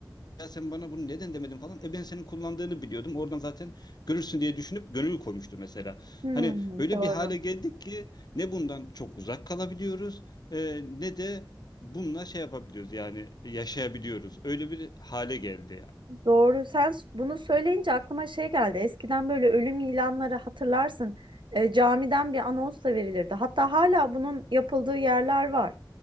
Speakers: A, on the left; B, on the right.
A: ya sen bana bunu neden demedin falan. E ben senin kullandığını biliyordum. Oradan zaten görürsün diye düşünüp gönül koymuştu mesela.
B: Hmm,
A: Hani öyle
B: doğru.
A: bir hale geldik ki ne bundan çok uzak kalabiliyoruz e, ne de bununla şey yapabiliyoruz yani yaşayabiliyoruz. Öyle bir hale geldi yani.
B: Doğru. Sen s- bunu söyleyince aklıma şey geldi. Eskiden böyle ölüm ilanları hatırlarsın. E, camiden bir anonsla verilirdi. Hatta hala bunun yapıldığı yerler var.